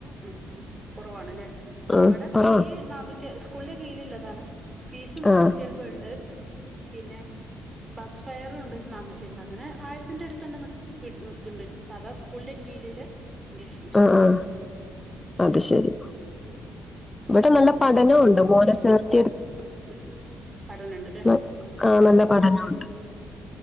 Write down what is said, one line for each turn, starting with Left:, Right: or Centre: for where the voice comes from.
Right: ഉം ഉം കുറവാണ്ല്ലേ.
Left: ഉം,
Right: ഇവടെ
Left: കുറവാ
Right: ഫീയ് നന്നൂറ്റി സ്കൂളിന്റെ കീഴ്ല് ഇല്ലതാണ്. ഫീസ് നാന്നൂറ്റി
Left: ആ
Right: എൻപത് ണ്ട്. പിന്നെ, ബസ് ഫെയറൂണ്ട് നാന്നൂറ്റി എൻപത്. അങ്ങനെ ആയിരത്തിന്റെട്ത്ത്ണ്ട് മ ക്ക് നിക്ക്ണ്ട് സാദാ സ്കൂളിന്റെ കീഴിലില് ഇംഗ്ലീഷ് മീഡിയം.
Left: ആ ആ അത് ശെരി. ഇവടെ നല്ല പഠനവൂണ്ട് മോനെ ചേർ
Right: ഉം ഉം പഠന്ണ്ട് ല്ലേ. <unintelligible>
Left: ന- ആ, നല്ല
Right: നല്ലതാ
Left: പഠനമുണ്ട്
Right: ഉം ഉം